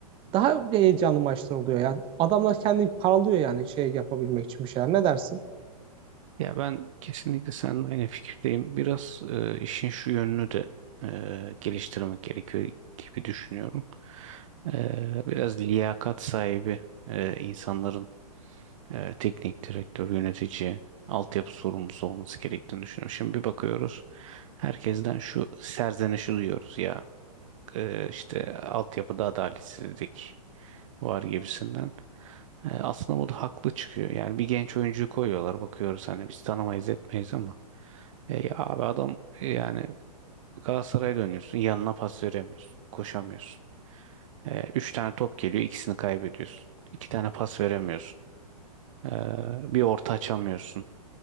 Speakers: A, on the right; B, on the right.
A: daha heyecanlı maçlar oluyor. Yani adamlar kendini paralıyor yani şey yapabilmek için bir şeyler. Ne dersin?
B: Ya ben kesinlikle seninle aynı fikirdeyim. Biraz e, işin şu yönünü de e, geliştirmek gerekiyor gibi düşünüyorum. E, biraz liyakat sahibi e, insanların e, teknik direktör, yönetici, altyapı sorumlusu olması gerektiğini düşünüyorum. Şimdi bir bakıyoruz. Herkesten şu serzenişi duyuyoruz ya. e, işte altyapıda adaletsizlik var gibisinden. E, aslında bu da haklı çıkıyor. Yani bir genç oyuncuyu koyuyorlar bakıyoruz hani biz tanımayız etmeyiz ama e, ya abi adam e, yani Galatasaray'a dönüyorsun yanına pas veremiyorsun koşamıyorsun. E, üç tane top geliyor ikisini kaybediyorsun. İki tane pas veremiyorsun. E, bir orta açamıyorsun.